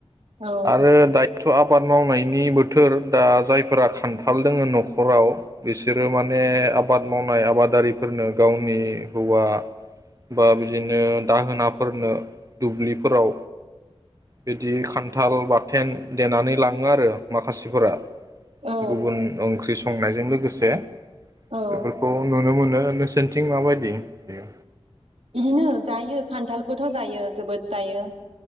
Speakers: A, on the right; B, on the right.
A: औ
B: आरो दायथ' आबाद मावनायनि बोथोर दा जायफोरा खान्थाल दोङो नखराव बिसोरो माने आबाद मावनाय आबादारिफोरनो गावनि हौवा बा बिदिनो दाहोनाफोरनो दुब्लिफोराव बिदि खान थाल बाथेन देनानै लाङो आरो माखासेफोरा।
A: औ
B: गुबुन ओंख्रि सं संनायजों लोगोसे
A: औ
B: बेफोरखौ नो नुनो मोनो नोंसोरनिथिं माबायदि बेयो।
A: इदिनो जायो खान्थालखौथ' जायो जोबोद जायो।